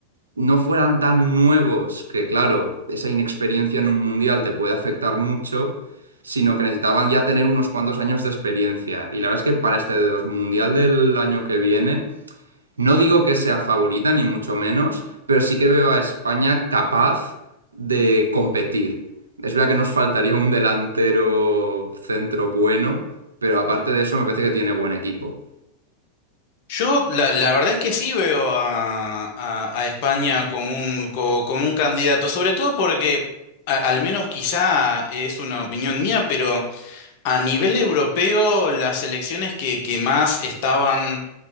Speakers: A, on the right (about 70°); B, on the left (about 50°).
A: no fueran tan nuevos, que claro, esa inexperiencia en un mundial te puede afectar mucho, sino que necesitaban ya tener unos cuantos años de experiencia. Y la verdad es que para este de dos mundial del año que viene, no digo que sea favorita, ni mucho menos, pero sí que veo a España capaz de competir. Es verdad que nos faltaría un delantero centro bueno, pero aparte de eso me parece que tiene buen equipo.
B: Yo la, la verdad es que sí veo a, a- a España como un, co- como un candidato, sobre todo porque a- al menos quizá es una opinión mía, pero a nivel europeo las elecciones que, que más estaban...